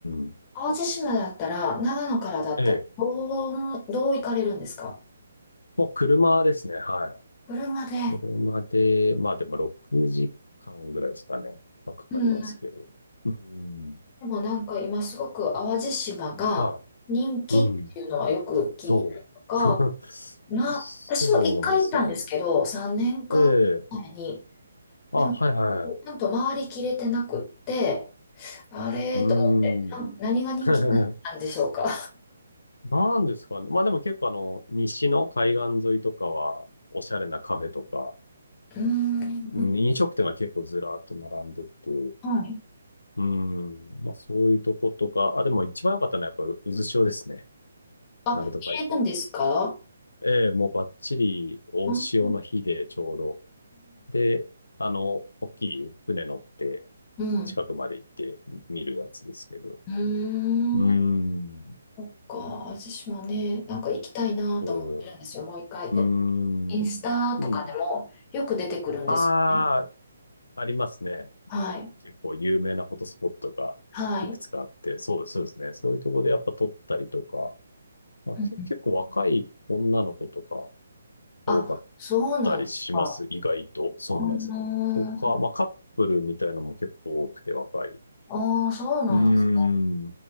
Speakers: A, on the left; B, on the left.
A: ん。
B: 淡路島だったら、長野からだったら、
A: ええ。
B: どう、どう行かれるんですか
A: もう車ですね。は
B: 車で。
A: い。車で、まあでも6時間ぐらいですかね。まあかかりますけど。
B: うん。
A: うん。
B: でもなんか今すごく淡路島が人気っていうのはよく聞いたりとか、
A: はい。うん。そう。<laughs>
B: な、
A: そうなんですよね。
B: 私も一回行ったんですけど、3年か前に、
A: ええ。あ、
B: でも、
A: はいは
B: ちゃんと回りきれてなくって、あれと思って、
A: い。うん。
B: な何が人気なんでしょうか。
A: <laughs> なんですかね。まあでも結構あの、西の海岸沿いとかは、おしゃれなカフェとか、
B: うーん、
A: うん、飲食店が結構ずらっと並んでて、
B: はい。
A: うん、まあそういうとことか、あ、でも一番良かったのはやっぱ渦潮ですね。
B: あ、
A: 鳴門海峡の。
B: 入れるんですか
A: ええ、もうバッチリ大潮の日でちょうど。
B: うん、うん、
A: で、あの、大きい船乗って
B: うん。
A: 近くまで行って見るやつですけど。
B: う
A: うーん、
B: ーん。そっか、味島ね、なんか行きたいなと思ってるんですよ、
A: そ
B: もう一回で。
A: う、うーん、
B: インスタとかでもよく出てくるんですよね。
A: うん。ああ、ありますね。
B: はい、
A: 結構有名なフォトスポットがいくつかあって、
B: はい。
A: そうです、そうですね。そういうところでやっぱ撮ったりとか、まあ、
B: うん
A: け、結構若い女の子とか
B: あ、
A: 多かっ
B: そうなんですか。
A: たりします。意外と。そうなんですよ。
B: うーん、
A: とか、まあカップルみたいなのも結構多くて若い。
B: ああ、そうなんです
A: うーん。